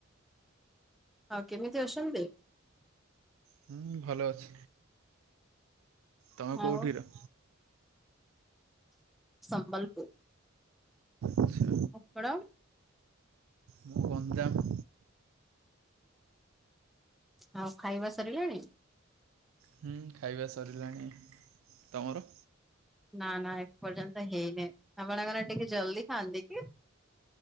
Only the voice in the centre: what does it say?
ହଁ କେମିତି ଅଛନ୍ତି?
ଆଉ
ସମ୍ବଲପୁର।
ଅପଣ?
ହଁ ଖାଇବା ସରିଲାଣି?
ନା ନା ଏ ପର୍ଯ୍ୟନ୍ତ ହେଇନିଁ ଆପଣଙ୍କରେ ଟିକେ ଜଲଦି ଖାଆନ୍ତି କି?